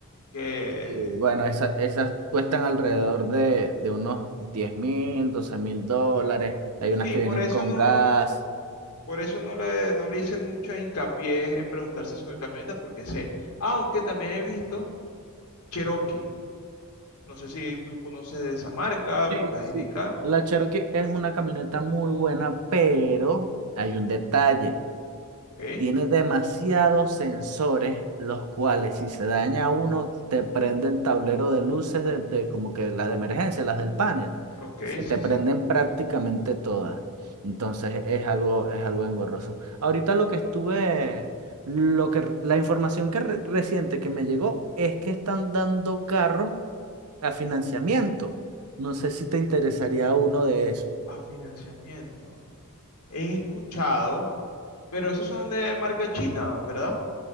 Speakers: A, on the left (about 85°); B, on the right (about 80°).
A: que
B: Sí, bueno, esa- esas cuestan alrededor de, de unos diez mil, doce mil dólares. Hay unas
A: sí,
B: que
A: por
B: vienen
A: eso
B: con
A: no,
B: gas.
A: por eso no le, no le hice mucha hincapié en preguntarse sobre camioneta, porque sé, aunque también he visto Cherokee. No sé si tú conoces de esa marca,
B: Sí,
A: me puedes
B: sí.
A: indicar.
B: La Cherokee es una camioneta muy buena, pero hay un detalle.
A: Ok,
B: Tiene demasiados sensores, los cuales si se daña uno, te prende el tablero de luces de, de como que las de emergencia, las del panel.
A: ok,
B: Se
A: sí,
B: te
A: sí.
B: prenden prácticamente todas. Entonces es algo, es algo engorroso. Ahorita lo que estuve, lo que, la información que re- reciente que me llegó es que están dando carro a financiamiento. No sé si te interesaría uno de esos.
A: A financiamiento. He escuchado, pero esos son de marca china, ¿verdad?